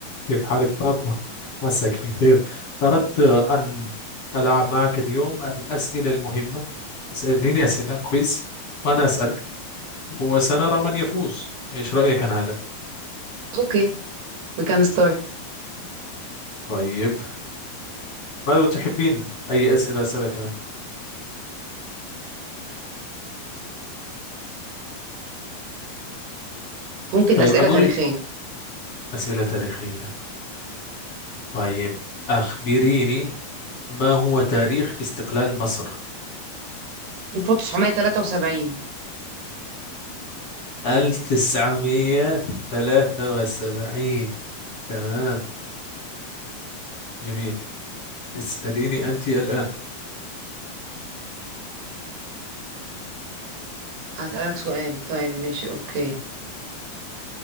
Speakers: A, on the left; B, on the right.
A: كيف حالك فاطمة؟ عساك بخير أردت أن ألعب معك اليوم الأسئلة المهمة تسأليني أسئلة كويز وأنا أسألك وسنرى من يفوز إيش رأيك عن هذا؟
B: اوكي وي كان ستارت
A: طيب ماذا تحبين؟ أي أسئلة أسألك أنا؟
B: ممكن
A: طيب
B: أسئلة
A: أقول
B: تاريخية
A: أسئلة تاريخية طيب أخبريني ما هو تاريخ استقلال مصر؟
B: 1973
A: 1973 تمام جميل اسأليني أنت الآن
B: هسألك سؤال طيب ماشي اوكي